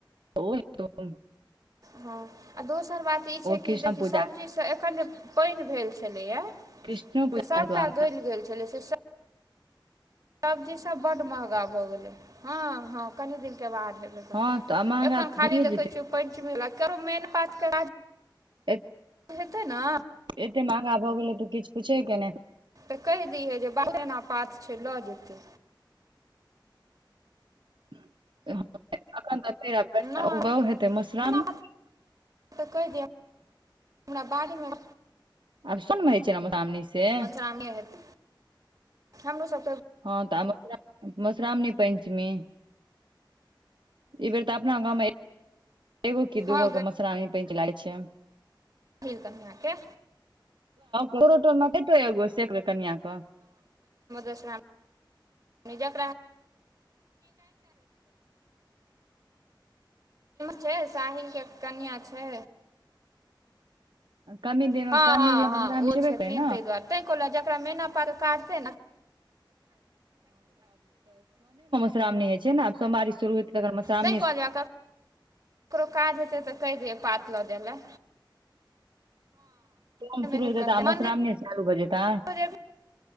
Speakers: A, on the right (about 70°); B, on the right (about 45°).
A: <unintelligible>
B: हाँ आ दोसर बात ई छै
A: कृष्ण
B: कि देखि
A: पूजा
B: सब्जी से एखन जे पाइन भेल छेलैया
A: कृष्णो
B: से
A: पूजा
B: सबटा गलि गेल छलै से सब सब्जी सभ बड्ड महँगा भऽ गेलै हाँ हाँ कनि दिन के बादै
A: हँ तऽ महगा
B: एखन
A: तऽ
B: खाली
A: भइए
B: देखै
A: जेतै
B: छियै पंचमेला केकरो मेन पाथके काज <unintelligible>
A: एत
B: हेतै ने
A: एते महंगा भऽ गेले कि किछ पूछे के नै
B: तऽ कहि दियहि जे बड़ गेना पात छै लऽ जेतै
A: <inaudible> तेरा व्यस्त
B: नहि
A: आब तऽ ओ हेतै मशराम
B: एना
A: <unintelligible>
B: पात तऽ कहि दिहे हमरा बाड़ी म
A: आब सनमे होइ छै मधुश्रावणी से
B: मधुश्रावणीये हेतै हमरो सब क
A: हँ तऽ म मश्रामणी पञ्चमी ई बेर तऽ अपना गाँवमे एगो कि
B: हँ
A: दूगो के मश्रामणी पेंच लागै छै
B: खीर कनिया के
A: कोरटोमे कतो एगो सेक कनिया क
B: पश्रावनी <unintelligible> इमे छै साहिल के कनिया छै
A: कमी दिन
B: हाँ
A: कनि
B: हाँ
A: दिन
B: हाँ
A: तऽ मधुश्रावणी
B: ओ
A: छेबे
B: छथिन
A: करै ने
B: तइ दुआरे तै कहलहु जेकरा मेना पर काज <unintelligible>
A: मांश्रावनी जे छै न आब सोवारी शुरू हेतै तखन मधुश्रावणी
B: तैँ कहऽ लियबै ककरो काज हेतै तऽ कहि दिहियै पात लऽ जाय ल
A: सोम शुरू
B: हेबे
A: तऽ
B: करतै
A: आ
B: मन्दिर
A: मश्रावणी यौ चालू भ जेतै
B: जेबही